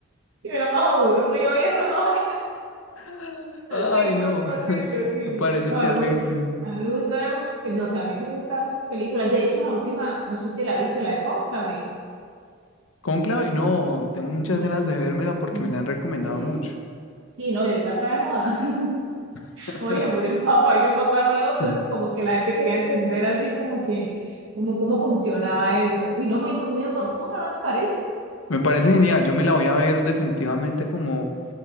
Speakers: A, on the right (about 70°); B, on the left (about 85°).
A: y era más aburrido y esa vaina.
B: <laughs> Ay,
A: Ay, no,
B: no,
A: no, horrible,
B: <laughs>
A: horrible.
B: me parece
A: No,
B: charrísimo.
A: a mí me gusta, a mí me gusta ver muchas películas, o sea, a mí sí me gustan muchas películas. De hecho, la última, no sé si te la viste, la de Cónclave.
B: Cónclave, no, tengo muchas
A: Tiene-
B: ganas de vérmela porque
A: Tienes
B: me la han recomendado
A: que ver.
B: mucho.
A: Sí, no, y ahorita está de moda. <laughs>
B: <laughs>
A: Oye, murió el Papa, vino Papa Nuevo,
B: O
A: entonces
B: sea,
A: como que la gente quería entender así como que, como cómo funcionaba eso. Uy, no, muy, muy, muy oportuno, ¿no te parece?
B: me parece genial, yo me la voy a ver definitivamente como